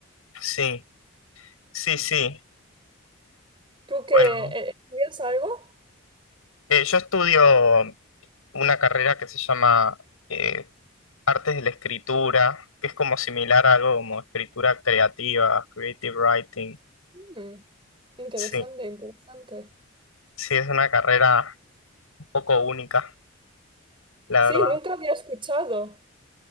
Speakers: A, on the left; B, on the right.
A: Sí, sí, sí.
B: ¿Tú que
A: Bueno,
B: estudias algo?
A: eh, yo estudio una carrera que se llama eh, Artes de la Escritura, que es como similar a algo como escritura creativa, creative writing.
B: Mm. Interesante,
A: Sí,
B: interesante.
A: sí, es una carrera un poco única, la
B: Sí,
A: verdad.
B: nunca había escuchado.